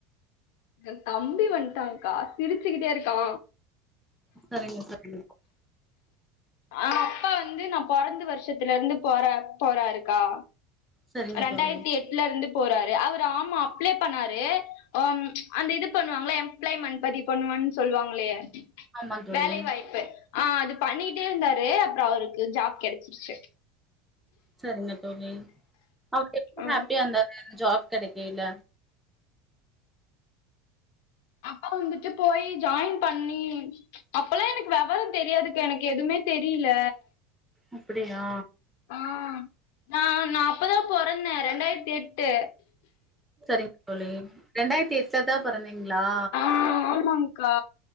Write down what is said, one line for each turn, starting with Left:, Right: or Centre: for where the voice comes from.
Left: ஏ தம்பி வந்ட்டான்க்கா சிரிச்சிக்கிட்டே இருக்கா
Centre: சரிங்க தோழி
Left: ஆ அப்பா வந்து நா பொறந்து வருஷத்துலருந்து போற போறாருக்கா
Centre: சரிங்க
Left: ரெண்டாயிரத்தி
Centre: தோழி
Left: எட்லருந்து போறாரு அவரு ஆமா அப்ளை பண்ணாரு ஆம் அந்த இது பண்ணுவாங்களே எம்ப்ளாய்மெண்ட் பதிவு பண்ணுவன் சொல்வாங்களே
Centre: ஆமா தோழி
Left: வேலை வாய்ப்பு ஆ அது பண்ணிட்டே இருந்தாரு அப்புற அவருக்கு ஜாப் கெடைச்சிடுச்சு
Centre: சரிங்க தோழி அவுங்க எப்டி
Left: ஆ
Centre: ஹாப்பியா இருந்தாரு ஜாப் கெடைக்கையில
Left: அப்பா வந்துட்டு போய் ஜாயின் பண்ணி அப்பல்லா எனக்கு வெவர தெரியாதுக்கா எனக்கு எதுவுமே தெரியல
Centre: அப்படியா
Left: ஆ நா நா அப்பதா பொறந்தே ரெண்டாயிரத்தி எட்டு
Centre: சரிங்க தோழி ரெண்டாயிரத்தி எட்ல தா பொறந்தீங்களா
Left: ஆ ஆமாங்க்கா